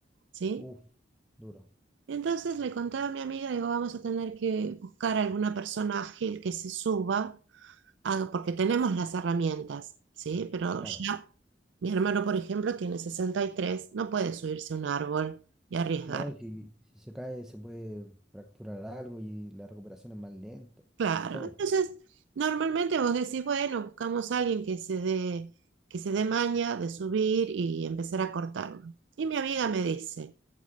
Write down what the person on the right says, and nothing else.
¿sí?
Entonces le contaba a mi amiga, digo, vamos a tener que buscar alguna persona ágil que se suba ah, porque tenemos las herramientas, ¿sí? Pero
ya mi hermano, por ejemplo, tiene 63, no puede subirse a un árbol y arriesgar.
Claro,
entonces normalmente vos decís, bueno, buscamos a alguien que se dé, que se dé maña de subir y empezar a cortarlo. Y mi amiga me dice,